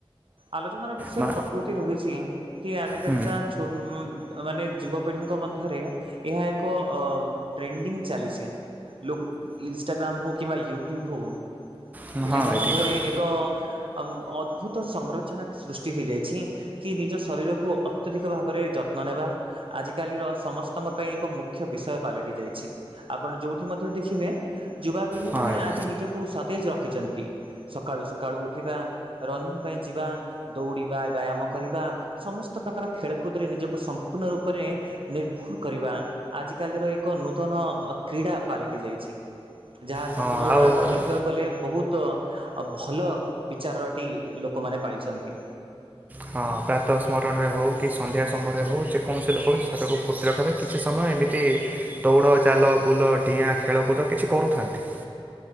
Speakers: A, on the right (about 65°); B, on the right (about 15°).
A: ଆଲୋଚନାର ବିଷୟ
B: ମା
A: ପ୍ରକୃତି ର ହୋଇଛି କି ଆଜିକାଲିିକା
B: ହୁଁ
A: ଛୋ ମାନେ ଯୁବପିଢ଼ିଙ୍କ ମଧ୍ୟରେ ଏହା ଏକ ଅ ଟ୍ରେଣ୍ଡିଙ୍ଗ ଚାଲିସେ ଲୋ ଇନଷ୍ଟାଗ୍ରାମ ହଉ କିମ୍ବା ୟୁ ଟ୍ୟୁବ୍ ହଉ
B: ହଁ
A: ପିଲାଙ୍କ
B: ହଁ ଭାଇ
A: ମଧ୍ୟରେ
B: ଠିକ୍ କଥା
A: ଏ ଅଁ ଅଁ ଅଦ୍ଭୁତ ସଂଗ୍ରଚନା ସୃଷ୍ଟି ହେଇଯାଇଛି କି ନିଜ ଶରୀରକୁ ଅତ୍ୟଧିକ ଭାବରେ ଯତ୍ନ ନେବା ଆଜିକାଲିର ସମସ୍ତଙ୍କ ପାଇଁ ଏକ ମୁଖ୍ୟ ବିଷୟ ପାଲଟି ଯାଇଛି ଆପଣ ଯୋଉଠି ମଧ୍ୟ ଦେଖିବେ ଯୁବାପିଢି
B: ହଁ
A: ମାନେ ଆଜି ନିଜକୁ ସତେଜ ର ଖିଚନ୍ତି ସକାଳୁ ସକାଳୁ ଉଠିବା ରନିଙ୍ଗ ପାଇଁ ଯିବା ଦୌଡ଼ିବା ବ୍ୟାୟାମ କରିବା ସମସ୍ତ ପ୍ରକାର ଖେଳକୁଦରେ ନିଜକୁ ସମ୍ପୂର୍ଣ୍ଣ ରୂପରେ ନିର୍ଭୁର କରିବା ଆଜିକାଲିର ଏକ ନୂତନ କ୍ରୀଡ଼ା ପାଲଟି ଯାଇଛି। ଯାହା ସମ୍ପୂର୍ଣ
B: ହଁ
A: ରୂପରେ
B: ଆଉ
A: ଆପଣ ଦେ ଖିବାକୁ ଗଲେ ବହୁତ ଭଲ ବିଚାରଟି ଲୋକମାନେ ପାଇଛନ୍ତି।
B: ହଁ ପ୍ରାତ ସ୍ମରଣରେ ହଉ କି ସନ୍ଧ୍ୟା ସମୟରେ ହଉ ଯେକୌଣସି ଲୋକ ବି ଶରିରକୁ ଫୁର୍ତ୍ତି ରଖିବା ପାଇଁ କିଛି ସମୟ ଏମିତି ଦୌଡ଼ ଚାଲ ବୁଲ ଡିଆଁ ଖେଳକୁଦ କିଛି କରୁଥାନ୍ତି।